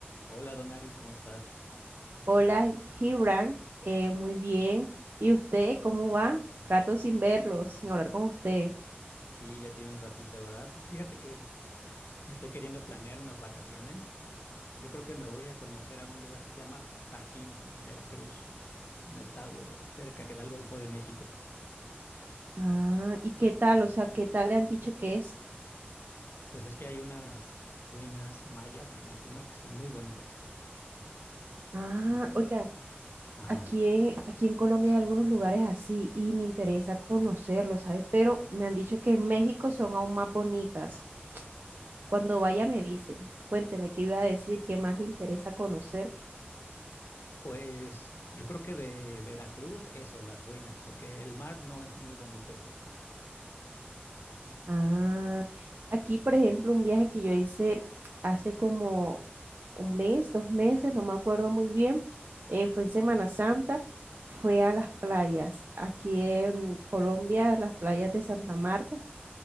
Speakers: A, on the left; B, on the right.
A: Hola Donaris, ¿cómo estás?
B: Hola, Gibran. Eh, muy bien. ¿Y usted cómo va? Rato sin verlo, sin hablar con usted.
A: Sí, ya tiene un ratito, ¿verdad? Pues fíjate que estoy queriendo planear unas vacaciones. Yo creo que me voy a ir a conocer a un lugar que se llama Tajín, en Veracruz, un estado cerca que da al Golfo de México.
B: Ah, ¿y qué tal? O sea, ¿qué tal le han dicho que es?
A: Pues es que hay unas ruinas mayas, me imagino, que están muy bonitas.
B: Ah,
A: Y,
B: oiga,
A: ajá,
B: aquí en, aquí en Colombia hay algunos lugares así y me interesa conocerlos, ¿sabes? Pero me han dicho que en México son aún más bonitas. Cuando vaya me dicen, cuénteme qué iba a decir, qué más le interesa conocer.
A: pues yo creo que de Veracruz, eso, las ruinas, porque el mar no es muy bonito por ahí.
B: Ah, aquí, por ejemplo, un viaje que yo hice hace como un mes, dos meses, no me acuerdo muy bien, eh, fue en Semana Santa, fue a las playas, aquí en Colombia, las playas de Santa Marta,